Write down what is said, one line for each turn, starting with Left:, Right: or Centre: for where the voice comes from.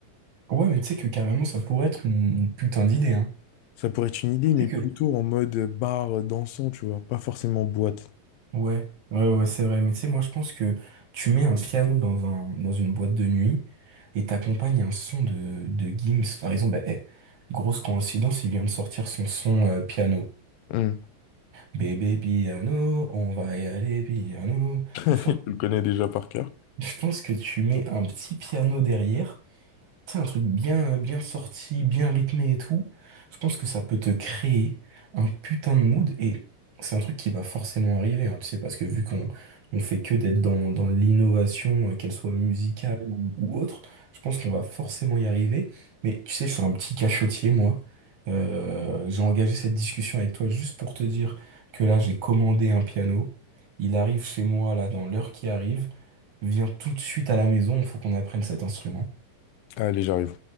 Right: Ouais, mais tu sais que carrément, ça pourrait être une, une putain d'idée, hein.
Left: Ça pourrait être une idée, mais
Right: Tu sais
Left: plutôt
Right: que...
Left: en mode bar dansant, tu vois, pas forcément boîte.
Right: Ouais, ouais, ouais, c'est vrai. Mais tu sais, moi, je pense que tu mets un piano dans un, dans une boîte de nuit et t'accompagnes un son de, de Gims. Par exemple, bah, eh, grosse coïncidence, il vient de sortir son son euh, piano.
Left: Hmm. <laughs>
Right: Bébé piano, on va y aller piano.
Left: Tu
Right: Je pense
Left: le connais déjà par cœur.
Right: Je pense que tu mets un petit piano derrière, tu sais, un truc bien, bien sorti, bien rythmé et tout. Je pense que ça peut te créer un putain de mood et c'est un truc qui va forcément arriver, hein, tu sais, parce que vu qu'on on fait que d'être dans, dans l'innovation, euh, qu'elle soit musicale ou, ou autre, je pense qu'on va forcément y arriver. Mais tu sais, je suis un petit cachotier, moi. Euh, j'ai engagé cette discussion avec toi juste pour te dire que là, j'ai commandé un piano. Il arrive chez moi, là, dans l'heure qui arrive. Viens tout de suite à la maison, il faut qu'on apprenne cet instrument.
Left: Allez, j'arrive.